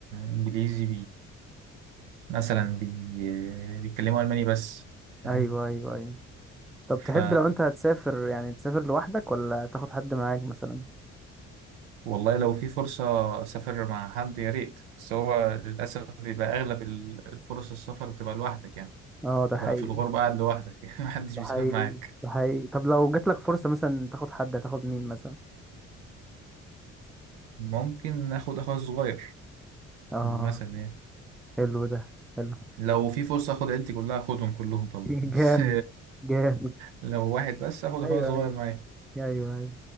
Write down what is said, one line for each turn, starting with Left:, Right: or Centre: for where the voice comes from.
Right: انجليزي مثلا بي... بيتكلموا ألماني بس فاهم
Centre: ايوه ايوه ايوه طب
Right: ف
Centre: تحب لو انت هتسافر يعني تسافر لوحدك ولا تاخد حد معاك مثلا
Right: والله لو في فرصة أسافر مع حد يا ريت بس هو للأسف بيبقى أغلب ال- الفرص السفر بتبقى لوحدك يعني
Centre: اه ده
Right: بتبقى
Centre: حقيقي
Right: في الغربة قاعد لوحدك <laughs> يعني محدش
Centre: ده
Right: بيسافر
Centre: حقيقي
Right: معاك
Centre: ده حقيقي طب لو جاتلك فرصة مثلا تاخد حد هتاخد مين مثلا
Right: ممكن آخد أخويا الصغير
Centre: اه
Right: مثلا يعني
Centre: حلو ده حلو
Right: لو في فرصة آخد عيلتي كلها آخدهم كلهم طبعا
Centre: <laughs>
Right: <laughs> بس
Centre: جامد جامد
Right: لو واحد بس آخد أخويا
Centre: ايوه
Right: الصغير
Centre: ايوه
Right: معايا
Centre: ايوه ايوه